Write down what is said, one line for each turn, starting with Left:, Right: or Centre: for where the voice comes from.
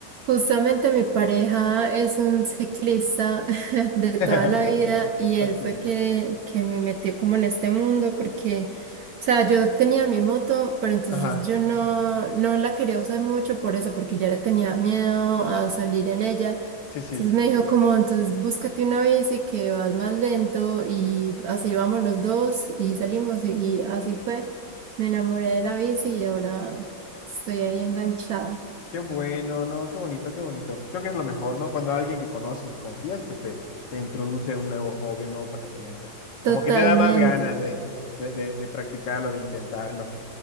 Right: Justamente mi pareja es un ciclista <laughs> de
Left: <laughs>
Right: toda la vida y él
Left: Ok,
Right: fue que, que me metió como en este mundo porque, o sea, yo tenía mi moto, pero entonces
Left: ajá,
Right: yo no, no la quería usar mucho por eso, porque ya le tenía miedo a salir en ella.
Left: sí, sí.
Right: Entonces me dijo como, entonces búscate una bici que vas más lento y así vamos los dos y salimos y, y así fue. Me enamoré de la bici y ahora estoy ahí enganchada.
Left: Qué bueno, ¿no? Qué bonito, qué bonito. Creo que es lo mejor, ¿no? Cuando alguien que conoces y confías, pues te, te introduce en un nuevo hobby, un nuevo pasatiempo.
Right: Totalmente.
Left: Como que te da más ganas de, de, de- de practicarlo, de intentarlo.